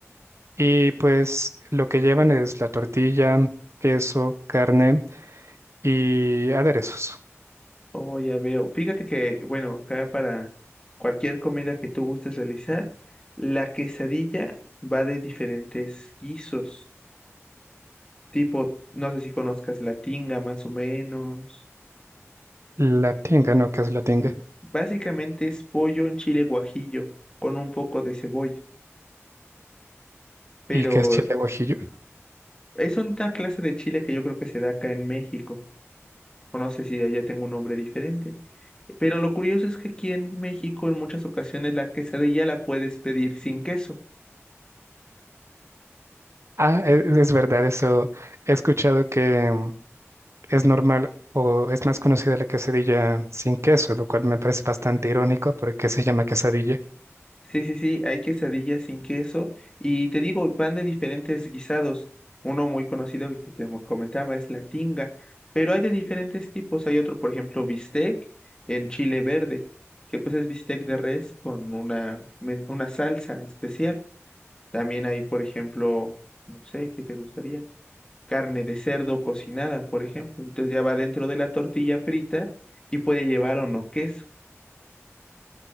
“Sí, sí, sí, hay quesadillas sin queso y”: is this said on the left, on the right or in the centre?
Left